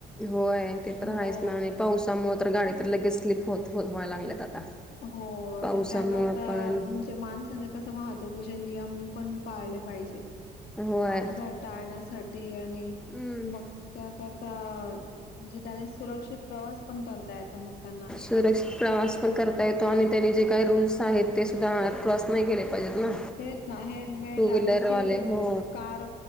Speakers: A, in the centre; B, on the left.
A: होय ते तर
B: हो
A: हायच ना आणि पावसामुळ तर गाडी तर लगेच स्लीप होत होत व्हाय लागल्यात आता
B: होय
A: पावसामुळे
B: त्याकरता
A: पण
B: म्हणजे माणसाने कस वाहतुकीचे नियम पण पाळले पाहिजे
A: होय.
B: अपघात टाळण्यासाठी आणि
A: हम्म
B: मग त्याकरता म्हणजे त्याने सुरक्षित प्रवास पण करता येत मग तेंना
A: सुरक्षित प्रवास पण करता येतो आणि त्यांनी जे काइ रूल्स आहेत ते सुुददा क्रॉस नाई केले पाहिजेत ना
B: तेच ना हेल्मेट
A: टू व्हीलरवाले
B: आणि सीट व
A: हो
B: कार